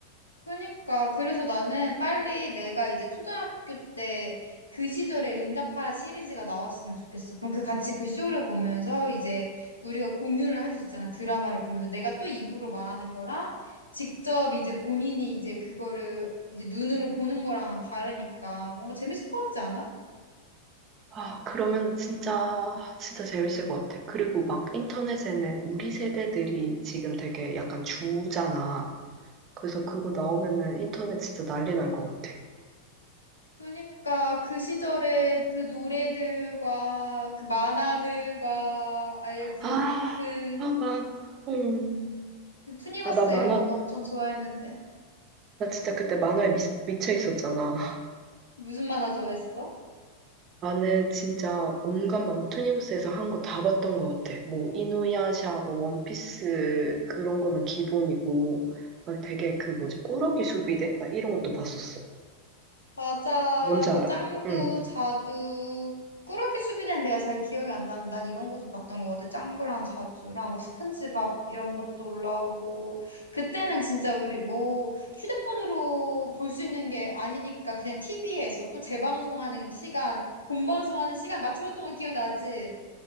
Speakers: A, on the left (about 85°); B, on the right (about 30°).
A: 그러니까 그래서 나는 빨리 내가 이제 초등학교 때 그 시절에 응답하라 시리즈가 나왔으면 좋겠어. 그럼 그 같이 그 쇼를 보면서 이제 우리가 공유를 할 수 있잖아. 드라마를 보면서 내가 또 입으로 말하는 거랑 직접 이제 본인이 이제 그거를 이제 눈으로 보는 거랑은 다르니까 뭔가 재밌을 것 같지 않아?
B: 아, 그러면 진짜, 진짜 재밌을 것 같아. 그리고 막 인터넷에는 우리 세대들이 지금 되게 약간 주잖아. 그래서 그거 나오면은 인터넷 진짜 난리 날 것 같아.
A: 그러니까 그 시절에 그 노래들과 그 만화들과 알지
B: 아,
A: 그
B: 아, 만화. 음.
A: 투니버스
B: 아, 나 만화,
A: 이런 것도 엄청 좋아했는데
B: 나 진짜 그때 만화에 미, 미쳐 있었잖아.
A: 무슨 만화 좋아했어?
B: 나는 진짜 온갖 만화 투니버스에서 한 거 다 봤던 것 같아. 뭐 이누야샤, 뭐 원피스 그런 거는 기본이고 막 되게 그 뭐지 꾸러기 수비대 나 이런 것도 봤었어.
A: 맞아.
B: 뭔지
A: 뭐
B: 알아?
A: 짱구,
B: 응.
A: 자두, 꾸러기 수비대는 내가 잘 기억이 안 나는데 난 이런 거 좀 봤던 것 같아. 짱구랑 자두랑 막 스펀지밥 이런 것도 올라오고 그때는 진짜 우리 뭐 휴대폰으로 볼 수 있는 게 아니니까 그냥 TV에서 또 재방송하는 시간, 본방송하는 시간 맞춰봤던 거 기억나지?